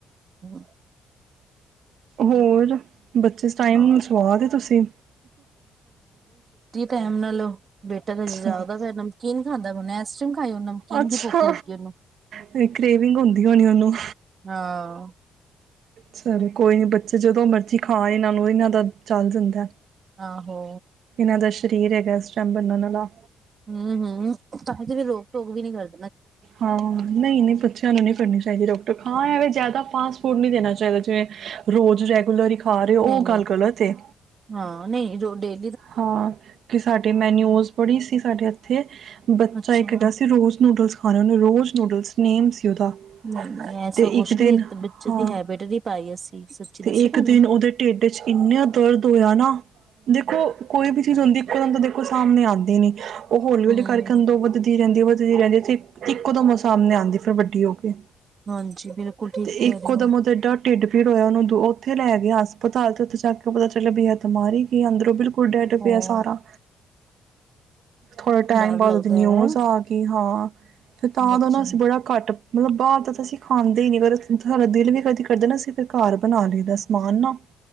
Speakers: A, on the right; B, on the right.
A: <inaudible>
B: ਹੋਰ ਬੱਚੇ ਇਸ ਟਾਈਮ
A: ਹਾਂ
B: ਨੂੰ ਸਵਾ ਤੇ ਤੁਸੀਂ
A: ਟੈਮ ਨਾ ਲਓ। ਬੇਟਾ ਤਾਂ
B: ਅੱਛਾ
A: ਅਜੇ ਜਾਗਦਾ ਪਿਆ ਨਮਕੀਨ ਖਾਂਂਦਾ ਬਣਿਆ ਆਈਸਕ੍ਰੀਮ ਖਾਈ ਉਹ ਨਮਕੀਨ
B: ਅੱਛਾ
A: ਦੀ ਭੁੱਖ ਲੱਗੀ ਉਹਨੂੰ
B: ਤੇ ਕਰੇਵਿੰਗ ਹੁੰਦੀ ਹੋਣੀ ਉਹਨੂੰ
A: ਹਾਂ
B: ਚਲੋ ਕੋਈ ਨੀ ਬੱਚੇ ਜਦੋਂ ਮਰਜ਼ੀ ਖਾਂ ਇਹਨਾਂ ਨੂੰ, ਇਹਨਾਂ ਦਾ ਚੱਲ ਜਾਂਦਾ।
A: ਆਹੋ।
B: ਇਹਨਦਾ ਸਰੀਰ ਹੈਗਾ ਇਸ ਟਾਈਮ ਬਨਣ ਆਲਾ।
A: ਹੂੰ- ਹੂੰ, ਤਾਂ ਕਿਦੇ ਰੋਕ-ਟੋਕ ਵੀ ਨੀ ਕਰ
B: ਹਾਂ, ਨਹੀਂ- ਨਹੀਂ ਬੱਚਿਆਂ ਨੂੰ ਨਹੀਂ ਫੜਨੀ ਚਾਹੀਦੀ ਰੋਟੀ ਹਾਂ, ਐਵੇਂ ਜ਼ਿਆਦਾ ਫਾਸਟ ਫੂਡ ਫੋਨ ਨਹੀਂ ਦੇਣਾ ਚਾਹੀਦਾ ਜਿਵੇਂ ਰੋਜ਼ ਰੈਗੂਲਰ ਹੀ ਖਾ ਰਹੇ ਹੋ
A: ਨਹੀਂ-ਨਹੀਂ,
B: ਉਹ ਗੱਲ ਗਲਤ ਏ
A: ਹਾਂ ਨਹੀਂ ਰੋਂ ਡੇ
B: ਹਾਂ, ਕਿ ਸਾਡੇ ਮੈ ਨਿਊਜ ਪੜੀ ਸਾਡੇ ਇੱਥੇ ਬੱਚਾ
A: ਅੱਛਾ
B: ਇੱਕ ਹੈਗਾ ਸੀ ਰੋਜ਼ ਨੂਡਲਸ ਖਾਣੇ ਉਹਨੇ ਰੋਜ਼ ਨੂਡਲਸ ਨੇਮ ਸੀ ਉਹਦਾ
A: ਨਈ-ਨਈ ਐਸਾ
B: ਤੇ
A: ਕੁਛ
B: ਇੱਕ ਦਿਨ,
A: ਨੀ ਬੱਚੇ
B: ਹਾਂ
A: ਦੀ ਹੈਬਿਟ ਨੀ ਪਾਈ ਅਸੀਂ ਸੱਚੀ
B: ਤੇ
A: ਦੱਸੀ
B: ਇੱਕ
A: ਤੁਹਾਨੂੰ।
B: ਦਿਨ ਉਹਦੇ ਢਿੱਡ ਚ ਇਨਾ ਦਰਦ ਹੋਇਆ ਨਾ ਦੇਖੋ ਕੋਈ ਵੀ ਚੀਜ਼ ਹੁੰਦੀ ਇੱਕੋ ਦਮ ਤਾਂ ਦੇਖੋ ਸਾਹਮਣੇ ਆਂਦੀ ਨੀ ਉਹ ਹੌਲੀ-ਹੌਲੀ
A: ਹੂੰ।
B: ਕਾਰਕੇ ਅੰਦਰੋਂ ਵਧਦੀ ਰਹਿੰਦੀ ਐ ਵਧਦੀ ਵਧਦੀ ਰਹਿੰਦੀ ਇੱਕ ਦਮ ਸਾਹਮਣੇ ਆਂਦੀ ਫਿਰ ਵੱਡੀ ਹੋ ਕੇ
A: ਹਾਂਜੀ ਬਿਲਕੁਲ ਠੀਕ
B: ਤੇ
A: ਕਹਿ
B: ਇੱਕੋ
A: ਰਹੇ ਹੋ
B: ਦਮ ਉਹ ਤੇ ਡਾ ਢਿੱਡ ਭੀੜ ਹੋਇਆ ਉਹਨੂੰ ਉੱਥੇ ਲੈ ਗਿਆ ਹਸਪਤਾਲ ਤੇ ਉੱਥੇ ਜਾ ਕੇ ਪਤਾ ਚੱਲਿਆ ਬੀ ਏਹ ਤੇ ਮਰ ਹੀ ਗਿਆ ਕਿ ਅੰਦਰੋਂ ਬਿਲਕਲ ਡੈਡ ਪਿਆ
A: ਹਾਂ
B: ਸਾਰਾ ਥੋੜ੍ਹੇ ਟਾਈਮ
A: ਡਰ
B: ਬਾਅਦ
A: ਲੱਗਦਾ
B: ਉਹਦੀ ਨਿਊਜ਼
A: ਹੈ
B: ਆ ਗਈ ਹਾਂ। ਫਿਰ ਤਾਂ
A: ਬੱਚੇ
B: ਨਾ ਅਸੀਂ
A: ਨੂੰ।
B: ਬੜਾ ਘੱਟ ਮਤਲਬ ਬਾਹਰ ਦਾ ਤਾਂ ਅਸੀਂ ਖਾਂਦੇ ਹੀ ਨੀ ਕਰ ਸਾਡਾ ਦਿਲ ਵੀ ਕਦੀ ਕਰਦਾ ਨਾ ਅਸੀਂ ਫਿਰ ਘਰ ਬਣਾ ਲਏ ਦਾ ਸਮਾਨ ਨਾ